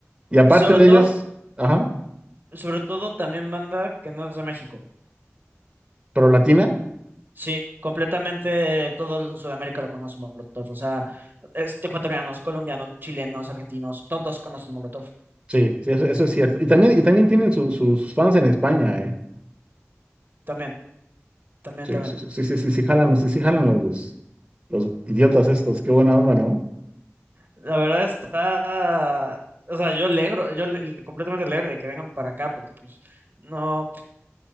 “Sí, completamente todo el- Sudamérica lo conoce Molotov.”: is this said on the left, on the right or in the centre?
Right